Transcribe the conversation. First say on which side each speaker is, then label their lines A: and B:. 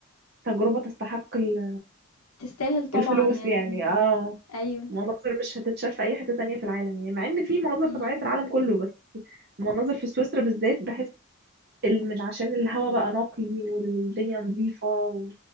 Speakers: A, on the right (about 45°); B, on the left (about 85°).
A: تجربه تستحق ال-
B: تستاهل طبعًا
A: الفلوس
B: يعني.
A: يعني اه
B: أيوه.
A: مناظر مش هتتشاف في اي حته تانية في العالم يعني مع ان في مناظر
B: إمم،
A: طبيعيه في العالم كله بس مناظر في سويسرا بالذات بحس ال- من عشان الهواء بقى نقي والدنيا نظيفه